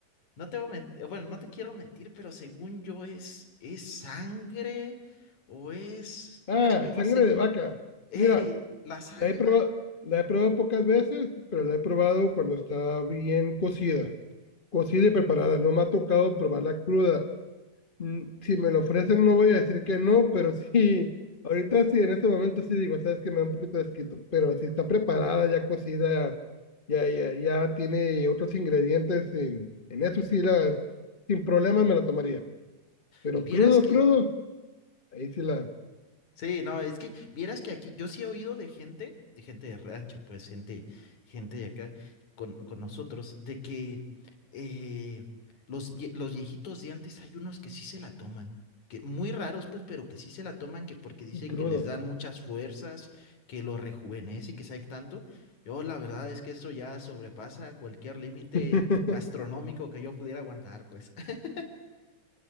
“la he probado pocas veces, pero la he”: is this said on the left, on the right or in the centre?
Left